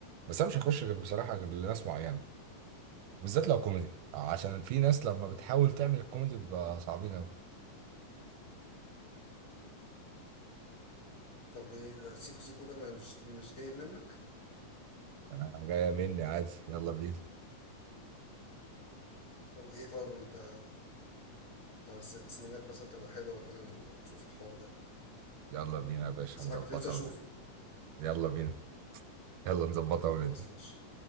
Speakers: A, on the right (about 80°); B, on the left (about 40°).
A: بس انا مش هخش غير بصراحه غير لناس معينه بالذات لو كوميدي عشان في ناس لما بتحاول تعمل الكوميدي بيبقى صعبين قوي
B: طب ايه ده سيكو سيكو ده ما- مش مش جاي منك
A: انا جايه مني عادي يلا بينا
B: طب ايه طب انت على الس- السينمات مثلا تبقى حلوة كده نشوف الحوار ده
A: يلا بينا يا باشا
B: الصراحة
A: نظبطها
B: كنت نفسي اشوفه
A: يلا بينا يلا نظبطها وندي
B: خلاص ماشي